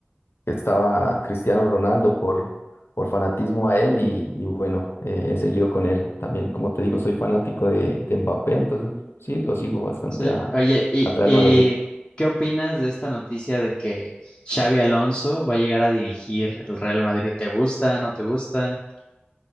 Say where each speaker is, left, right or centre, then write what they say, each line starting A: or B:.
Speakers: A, on the left; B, on the left.
A: que estaba Cristiano Ronaldo por, por fanatismo a él y, y bueno, eh, he seguido con él. También, como te digo, soy fanático de, de Mbappé, entonces sí, lo sigo bastante
B: Sí.
A: a,
B: Oye, ¿y,
A: al Real
B: y
A: Madrid.
B: qué opinas de esta noticia de que Xavi Alonso va a llegar a dirigir el Real Madrid? ¿Te gusta? ¿No te gusta?